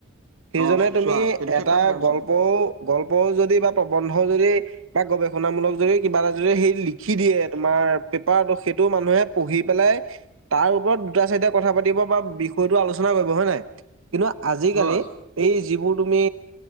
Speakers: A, on the right (about 70°); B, on the right (about 85°).
A: সেইজনে
B: অ
A: তুমি
B: চোৱা সেইটো ক্ষেত্ৰৰ
A: এটা
B: কথা কৈছো
A: গল্পও গল্পও যদি বা প্ৰবন্ধও যদি। বা গৱেষণা মূলক যদি কিবা এটা যদি সেই লিখি দিয়ে তোমাৰ পেপাৰটো সেইটো মানুহে। পঢ়ি পেলাই তাৰ ওপৰত দুটা চাৰিটা কথা পাতিব বা বিষয়টো আলোচনা কৰিব হয় নে নাই? কিন্তু আজিকালি।
B: হয়
A: এই যিবোৰ তুমি